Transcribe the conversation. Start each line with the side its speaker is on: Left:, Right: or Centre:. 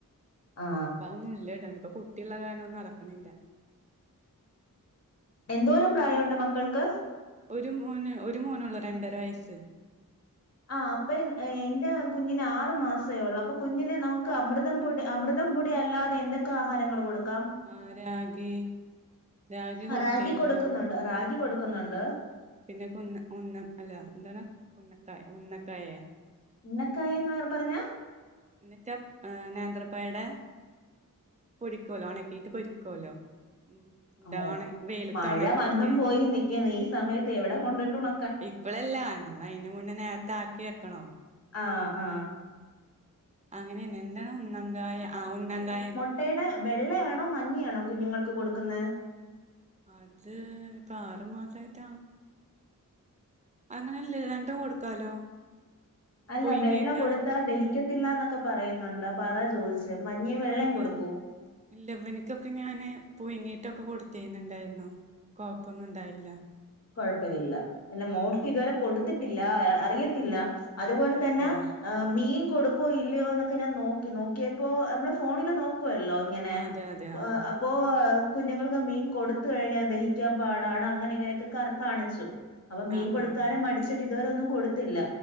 Left: ആ
Right: ഇപ്പൊ അതൊന്നുല്ല ഇടാന്. ഇപ്പൊ കുട്ടിയുള്ള കാരണൊന്നും നടക്കണില്ല.
Left: എന്തോരം പ്രായമുണ്ട് മക്കൾക്ക്?
Right: ഒരു മോന്. ഒരു മോനൊള്ളു രണ്ടര വയസ്സ്.
Left: ആഹ് അപ്പൊ, എന്റെ കുഞ്ഞിന് ആറു മാസമേ ഉള്ളൂ അപ്പൊ കുഞ്ഞിനെ നമുക്ക് അമൃത- അമൃതം പൊടി അമൃതം പൊടി അല്ലാതെ എന്തൊക്കെ ആഹാരങ്ങൾ കൊടുക്കാം?
Right: ആഹ് രാഗി, രാഗി
Left: ആ,
Right: കൊടുത്തീരുന്നു
Left: റാഗി കൊടുക്കുന്നുണ്ട്
Right: ആ
Left: റാഗി കൊടുക്കുന്നുണ്ട്
Right: ആഹ പിന്നെ കുന്ന ഉന്ന അല്ല എന്താണ്? ഉന്നക്കായ ഉന്നക്കായ,
Left: ഉന്നക്കായന്ന് പറ പറഞ്ഞ?
Right: എന്നിട്ട് നേന്ത്രക്കായയുടെ- പൊടിക്കുവലോ ഉണക്കിട്ട് പൊടിക്കല്ലോ ഉം എന്താ
Left: ഓഹ്
Right: ഉണ വെയിലത്ത്
Left: മഴ
Right: ഉണക്കിയിട്ട്
Left: വന്നും പോയി നിക്കുന്നു, ഈ സമയത്ത് എവിടെ കൊണ്ടിട്ടു ഉണ
Right: ഇപ്പളല്ലാ, നമ്മള് അതിന് മുന്നേ നേരത്തെ ആക്കി വെക്കണം.
Left: ആഹ് ആഹ്.
Right: അങ്ങനെയന്നെ എന്താണ് ഉന്നങ്കായ ആ ഉന്നങ്കായ.
Left: മുട്ടയുടെ വെള്ളയാണോ, മഞ്ഞയാണോ, കുഞ്ഞുങ്ങൾക്ക് കൊടുക്കുന്നത്?
Right: അത് ഇപ്പൊ ആറ് മസായിട്ട അങ്ങനെയല്ലല്ലോ രണ്ടും കൊടുക്കാലോ.
Left: അല്ല,
Right: പുഴുങ്ങിയിട്ടാണ്
Left: വെള്ള കൊടുത്താ ദഹിക്കത്തില്ലന്നൊക്കെ പറയുന്നുണ്ട്. അപ്പൊ അതാ ചോദിച്ച് മഞ്ഞയും വെള്ളയും
Right: ഇല്ല
Left: കൊടുക്കോ?
Right: ഇല്ല ഇവൻക്കൊക്കെ ഞാന് പുഴുങ്ങീട്ടൊക്കെ കൊടുത്തിട്ടുണ്ടായിരുന്നു. കൊഴപ്പൊന്നുണ്ടായില്ല
Left: കൊഴപ്പയില്ല എൻ്റ മോൾക്കിതുവരെ കൊടുത്തിട്ടില്ലാ അ അറിയത്തില്ല അതേപോലെ
Right: അത്
Left: തന്നാ
Right: ശരിയാ
Left: ആ മീൻ കൊടുക്കുവോ ഇല്ലയോന്നൊക്കെ ഞാൻ നോക്കി നോക്കിയപ്പോ നമ്മള് ഫോണില് നോക്കുവല്ലോ ഇങ്ങനെ
Right: ആ അതെ അതെ
Left: പോ
Right: ആ
Left: അപ്പ് പ്പോ കുഞ്ഞുങ്ങൾക്ക് മീൻ കൊടുത്ത് കഴിഞ്ഞാ ദഹിക്കാൻ പാടാണ് അങ്ങനെ ഇങ്ങനെയൊക്കെ കാറ് കാണിച്ചു അപ്പൊ മീൻ
Right: ആ
Left: കൊടുക്കാന്
Right: ആ
Left: മടിച്ചിട്ട് ഇതുവരെ ഒന്നും കൊടുത്തില്ല